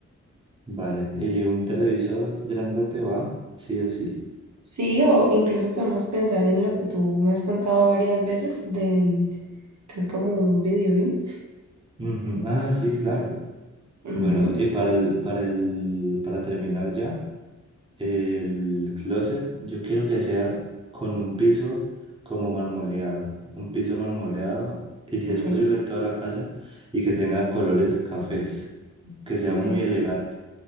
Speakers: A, on the right (about 20°); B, on the right (about 70°).
A: Vale, ¿y un televisor grandote va? Sí o sí.
B: Sí, o incluso podemos pensar en lo que tú me has contado varias veces del que es como un video beam.
A: Ujú. Ah, sí, claro.
B: Ujú,
A: Bueno, y para el, para el, para terminar ya, el closet yo quiero que sea con un piso como marmoleado, un piso marmoleado y si
B: ok,
A: es posible en toda la casa y que tenga colores cafés, que sea
B: ok.
A: muy elegante,